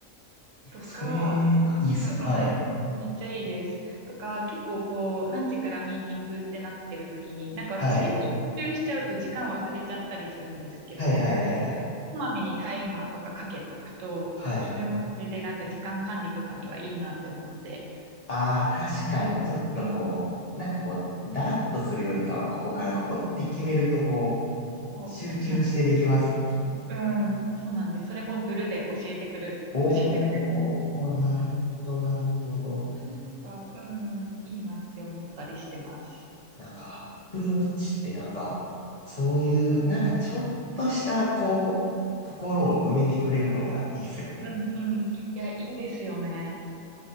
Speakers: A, on the left (about 80°); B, on the right (about 70°).
A: いや、
B: とか、
A: それ、いいっすね。
B: うんうん。
A: はい。
B: めっちゃいいです。とか、結構こう、何時からミーティングってなってる時に、なんか私結構集中しちゃうと時間忘れちゃったりするんですけど、
A: はい。はいはいはいはい。
B: こまめにタイマーとかかけとくと、
A: はい。
B: それもそれでなんか時間管理とかにはいいなって思って。
A: ああ、確かに、
B: うん。
A: ちょっとこう、
B: うん。
A: なんかこう、だらっとするよりかは、ここからここって決めると、こう、
B: そう、
A: 集中してできますもんね。
B: そうなんですよ。うん、そうなんです。それもブルで教えてくる、
A: おー、
B: 教えてくれる。
A: なるほど、なるほど。
B: なんか、うん、いいなって思ったりしてます。
A: なんか、Apple Watch ってなんか、そういう、なんかちょっとした、こう、ところを埋めてくれるのがいいっすよね。
B: うん、うん。いや、いいですよね。